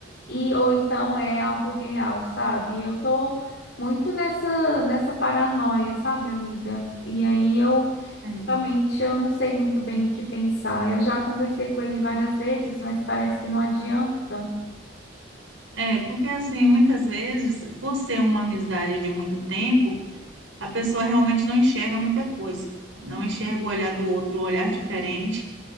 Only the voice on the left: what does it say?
e ou então é algo real, sabe? Eu tô muito nessa nessa paranoia, sabe, amiga? E aí eu
realmente eu não sei muito bem o que pensar. Eu já conversei com ele várias vezes, mas parece que não adianta.